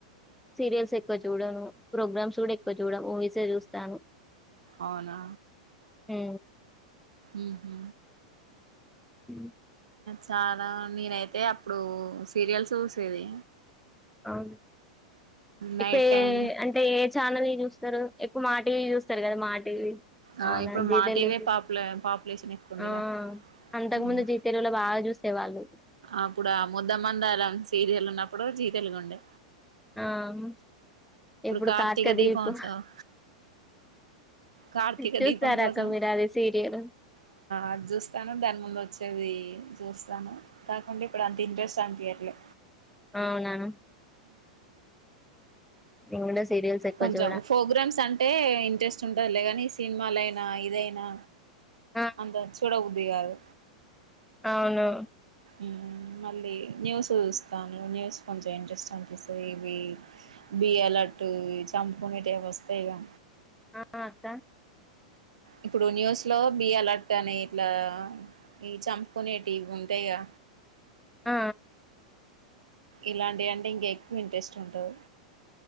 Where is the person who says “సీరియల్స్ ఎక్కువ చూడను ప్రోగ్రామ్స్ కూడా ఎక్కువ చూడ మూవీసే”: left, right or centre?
Centre